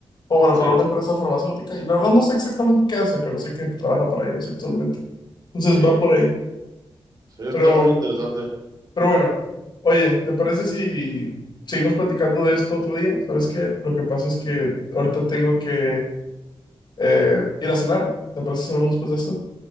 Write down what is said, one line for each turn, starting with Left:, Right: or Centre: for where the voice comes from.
Left: o bueno,
Right: Sí,
Left: para una empresa farmacéutica, y la verdad no sé exactamente qué hace, pero sé que trabaja para ellos actualmente. Entonces
Right: sí,
Left: va por ahí.
Right: sí, está
Left: Pero,
Right: muy interesante.
Left: pero bueno, oye, ¿te parece si seguimos platicando de esto otro día? ¿Sabes qué? Lo que pasa es que ahorita tengo que eh, ir a cenar. ¿Te parece si hablamos después de esto?